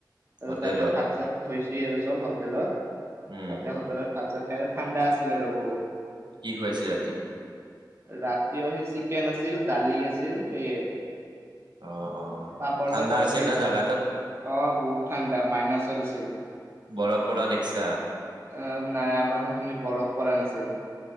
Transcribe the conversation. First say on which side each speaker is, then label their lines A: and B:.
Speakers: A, on the right (about 35°); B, on the right (about 80°).
A: আৰু
B: হোটেলত
A: তাতে ভাত চাত থৈছে আৰু চব হোটেলত
B: উম
A: তাতে হোটেলত ভাত চাত। খাই ঠাণ্ডা আছিলে ৰহ বহুত।
B: কি খুৱাইছে ৰাতি?
A: ৰাতিও সেই চিকেন আছিল, দালি আছিল সেয়ে।
B: অ অ
A: পাপৰ
B: ঠাণ্ডা
A: চাপৰ আছিল
B: না
A: ভাজ
B: জাগাটোত
A: অ। বহুত ঠাণ্ডা মাইনাছত আছিল। আহ
B: বৰফ পৰা দেখছা
A: নাই আমাৰ সময়খিনিত বৰফ পৰা নাছিল।